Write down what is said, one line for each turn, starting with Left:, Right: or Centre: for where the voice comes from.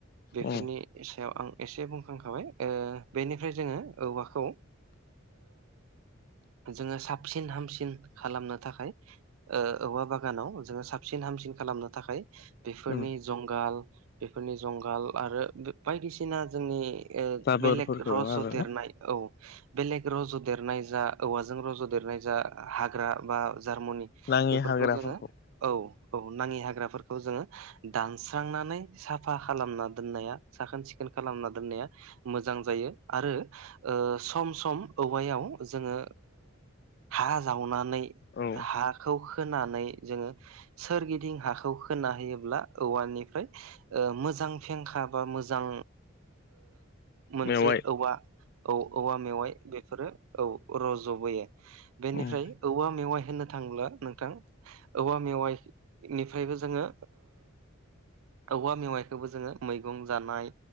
Right: बेफोरनि
Left: उम
Right: सायाव आं एसे बुंखांखाबाय बेनिफ्राय जोङो औवाखौ जोङो साबसिन हामसिन खालामनो थाखाय ओ औवा बागानाव जोङो साबसिन हामसिन खालामनो थाखाय बेफोरनि
Left: उम
Right: जुंगाल बेफोरनि जुंगाल आरो बायदिसिना जोंनि ओ
Left: जाबोरफोरखौ
Right: बेलेग रज'
Left: आरोना
Right: देरनाय औ बेलेग लेग रज'देरनाय जा औवाजों रज'देरनाय जा हाग्रा बा जार्मुनि बेफोरखौ
Left: नाङि हाग्राफोरखौ
Right: जोङो औ औ नाङि हाग्राफोरखौ जोङो दानस्रांनानै साफा खालामना दोननाया साखोन सिखोन खालामना दोननाया मोजां जायो आरो। ओ सम सम औवायाव जोङो हा जावनानै
Left: औ
Right: हा खौ खोनानै जोङो सोरगिदिं हाखौ खोना होयोब्ला औवानिफ्राय मोजां फेंखा बा मोजां मोनसे
Left: मेवाइ
Right: औवा औ औवा मेवाइ बेफोरो औ रज'बोयो बेनिफ्राय
Left: उम
Right: औवा मेवाइ होन थाङब्ला नोंथां औवा मेवाइ निफ्रायबो जोङो औवा मेवाइखौबो जोङो मैगं जानाय